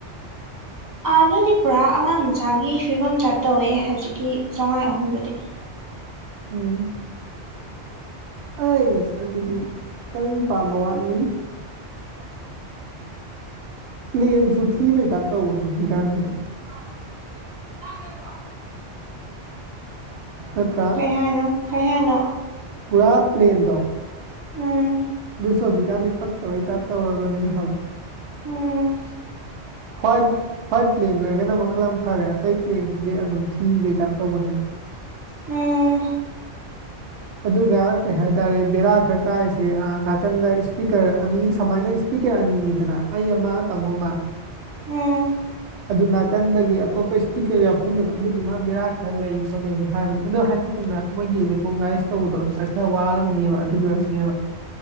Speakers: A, on the right; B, on the right.
A: ꯑꯗꯨꯗꯤ ꯄꯨꯔꯥ ꯑꯉꯥꯡ ꯃꯆꯥꯒꯤ ꯐꯤꯕꯝ ꯇꯥꯏꯄ ꯇꯧꯋꯦ ꯍꯧꯖꯤꯛꯀꯤ ꯆꯧꯉꯥ ꯑꯍꯨꯝꯗꯨꯗꯤ
B: ꯎꯝ ꯑꯩꯁ ꯑꯗꯨꯗꯤ ꯈꯤꯇꯪ ꯄꯥꯝꯕ ꯋꯥꯠꯅꯤ ꯄ꯭ꯂꯦꯟꯁꯨ ꯊꯤꯕꯩ ꯇꯥꯏꯞ ꯇꯧꯕꯅꯦ ꯍꯧꯖꯤꯛꯀꯥꯟꯁꯤꯗꯤ
A: ꯂ꯭ꯔ <unintelligible>
B: ꯅꯠꯇꯔꯥ
A: ꯀꯩ ꯍꯥꯏꯅꯣ ꯀꯩ ꯍꯥꯏꯅꯣ
B: ꯄꯨꯔꯥ ꯄ꯭ꯂꯦꯟꯗꯣ
A: ꯎꯝ
B: ꯑꯗꯨꯁꯨ ꯍꯧꯖꯤꯛꯀꯥꯟꯗꯤ ꯄꯛꯇꯕꯩ ꯇꯥꯏꯞ ꯇꯧꯔꯕꯅꯦ ꯍꯥꯏꯕ
A: ꯎꯝ
B: ꯍ꯭ꯋꯥꯏꯠ ꯍ꯭ꯋꯥꯏꯠ ꯄ꯭ꯂꯦꯟ ꯑꯣꯏꯔꯒꯅ ꯃꯈꯜ ꯑꯃ ꯐꯔꯦ ꯑꯇꯩ ꯄ꯭ꯂꯦꯟꯁꯤꯗꯤ ꯑꯗꯨꯝ ꯊꯤꯕꯩ ꯇꯥꯏꯞ ꯇꯧꯕꯅꯦꯕ
A: ꯑ
B: <inaudible> ꯑꯗꯨꯒ ꯀꯩ ꯍꯥꯏꯇꯥꯔꯦ ꯕꯦꯔꯥ ꯈꯔ ꯀꯥꯏꯔꯤꯁꯦ ꯅꯥꯀꯟꯗ ꯏꯁꯄꯤꯀꯔ ꯑꯅꯤ ꯁꯨꯃꯥꯏꯅ ꯄꯄꯤꯀꯦꯠ ꯑꯅꯤꯗꯅ ꯑꯩ ꯑꯃ ꯇꯥꯃꯣ ꯑꯃ
A: ꯎꯝ
B: ꯑꯗꯨ ꯅꯥꯀꯟꯗꯒꯤ ꯑꯇꯣꯞꯄ ꯏꯁꯄꯤꯀꯔ ꯌꯥꯎꯁꯟꯗꯅ ꯑꯗꯨꯗꯨꯃ ꯕꯦꯔꯥ ꯈꯔ ꯂꯩ ꯈꯣꯠ ꯂꯩꯅꯤ ꯍꯥꯏꯕꯅꯤ ꯑꯗꯣ ꯍꯥꯏꯗꯤ ꯊꯨꯡꯅ ꯃꯣꯏꯒꯤ ꯔꯦꯀꯣꯛꯅꯥꯏꯁ ꯇꯧꯕꯗꯣ ꯑꯗꯨꯝꯗꯥ ꯈꯔ ꯋꯥꯔꯝꯅꯦꯕ ꯑꯗꯨꯒꯤ ꯑꯣꯏꯔꯝꯅꯦꯕ